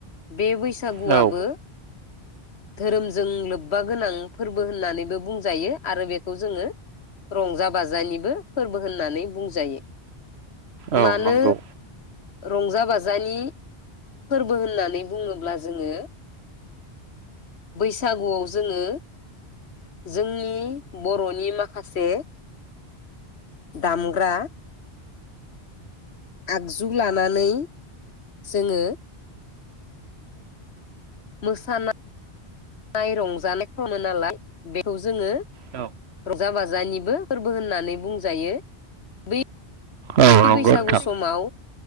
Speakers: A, on the left; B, on the right.
A: बे बैसागुआबो
B: औ
A: धोरोमजों लोब्बा गोनां फोरबो होननानैबो बुंजायो आरो बेखौ जोङो रंजा बाजानिबो फोरबो होननानै बुंजायो।
B: औ
A: मानो
B: नंगौ।
A: रंजा बाजानि फोरबो होननानै बुङोब्ला जोङो बैसागुआव जोङो जोंनि बर'नि माखासे दामग्रा आगजु लानानै जोङो मोसानाय रंजानाय खालामो नालाय बेखौ जोङो
B: औ
A: रंजा बाजानिबो फोरबो होननानै बुं जायो बै
B: औ नंगौ
A: बैसागु
B: नोंथां।
A: समाव